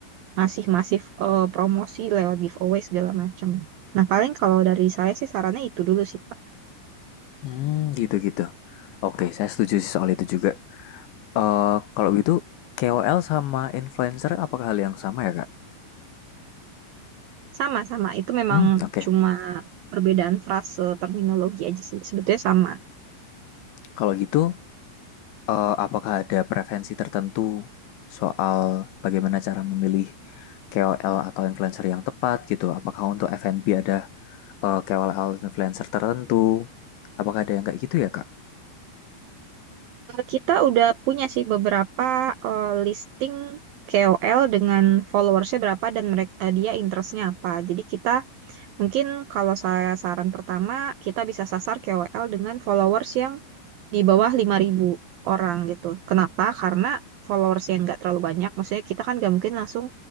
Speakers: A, on the right (about 85°); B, on the left (about 70°).
A: ngasih masif eh, promosi lewat giveaway segala macam. Nah, paling kalau dari saya sih sarannya itu dulu sih, Pak.
B: mmm, gitu gitu. Oke, saya setuju sih soal itu juga. Eee, kalau gitu KOL sama influencer apakah hal yang sama ya, Kak?
A: Sama-sama, itu memang
B: Mmm, oke.
A: cuma perbedaan frase terminologi aja sih. Sebetulnya sama.
B: Kalau gitu, eee, apakah ada preferensi tertentu soal bagaimana cara memilih KOL atau influencer yang tepat gitu? Apakah untuk F&B ada, eee, atau influencer tertentu? Apakah ada yang kayak gitu ya, Kak?
A: Eh, Kita udah punya sih beberapa eh, listing KOL dengan followersnya berapa dan mereka dia interestnya apa. Jadi kita mungkin kalau saya saran pertama kita bisa sasar KOL dengan followers yang di bawah 5.000 orang gitu. Kenapa? Karena followers yang nggak terlalu banyak. Maksudnya kita kan nggak mungkin langsung